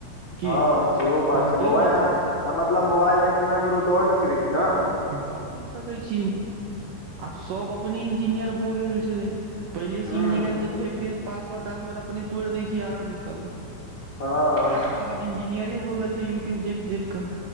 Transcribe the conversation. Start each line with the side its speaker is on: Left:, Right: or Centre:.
Right: की
Left: हँ सेहो बात
Right: हम
Left: छै,
Right: गेलहुँ
Left: मोबाइल अहाँ आ मतलब मोबाइल आइ कायलमे अहाँ ककरो द‌औ नइ ने सकै छी न
Right: द‌औ न‌इ सकै छी आब सब अपने इंजीनियर भऽ गेल छै पहिले
Left: ह
Right: सीम निकाइल के फेेक देत पासवर्ड तासवर्ड अपने तोइड़ दैय छै आदमी सब
Left: हँ
Right: सब तऽ आब इंजीनियरै भऽ गेल छै यूट्यूब देख देख क